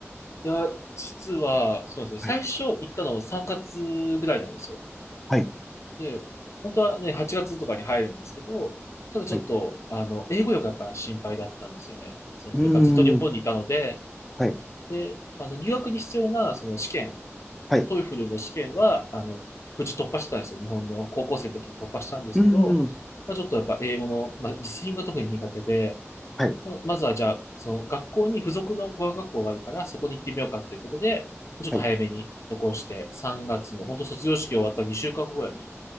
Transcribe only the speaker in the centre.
はい、はい、
はい。
うー
ん、はい、
はい。
うーん、
はい、
はい、